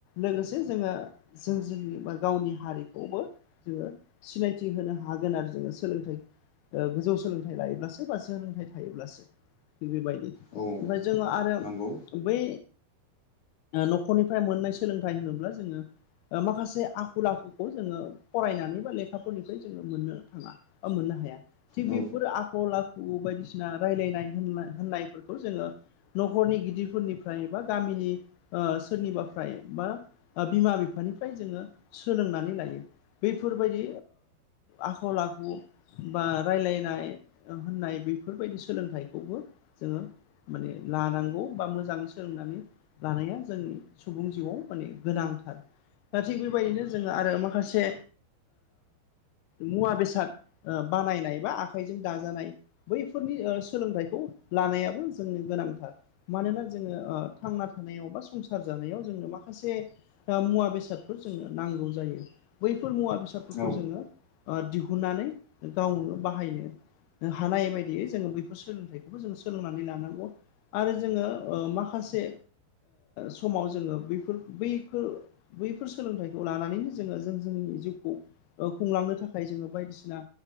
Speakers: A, on the left; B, on the left.
A: लोगोसे जोङो जों गावनि हारिखौबो जोङो सिनायथि होनो हागोन आरो जोङो सोलोंथाइ गोजौ सोलोंथाइ लायोब्लासो बा सोलोंथाइ थायोब्लासो थिग बेबायदि ओमफ्राय
B: औ
A: जोङो आरो
B: नंगौ
A: बै न'खरनिफ्राय मोननाय सोलोंथाइ होनोब्ला जोङो माखासे आखल आखुखौ जोङो फरायनानै बा लेखाफोरनिफ्राय जोङो मोननो थाङा औ मोननो हाया थिग
B: औ
A: बेफोर आखल आखु बायदिसिना रायलायनाय होन होननायफोरखौ जोङो न'खरनि गिदिरफोरनिफ्राय बा गामिनि सोरनिबाफ्राय बा बिमा बिफानिफ्राय जोङो सोलोंनानै लायो बेैफोरबायदि आखल आखु बा रायलायनाय होननाय बेफोरबायदि सोलोंथाइखौबो जोङो माने लानांगौ बा मोजाङै सोलोंनानै लानाया जोंनि सुबुं जिउआव माने गोनांथार दा थिग बेबायदिनो जोङो आरो माखासे मुवा बेसाद बानायनाय बा आखाइजों दाजानाय बैफोरनि सोलोंथाइखौ लानायाबो जोंनो गोनांथार मानोना जोङो थांना थानायाव बा संसार जानायाव जोंनो माखासे मुवा बेसादफोर जोंनो नांगौ जायो बैफोर मुवा बेसाद फिसाफोरखौ
B: औ
A: जोङो दिहुननानै गावनो बाहायनो हानाय बायदियै जोङो बैफोर सोलोंथाइखौबो जों सोलोंनानै लानांगौ आरो जोङो माखासे समाव जोङो बफोर बैफोर बैफोर सोलोंथाइखौ लानानैनो जोङो जों जोंनि जिउखौ खुंलांनो थाखाय जोङो बायदिसिना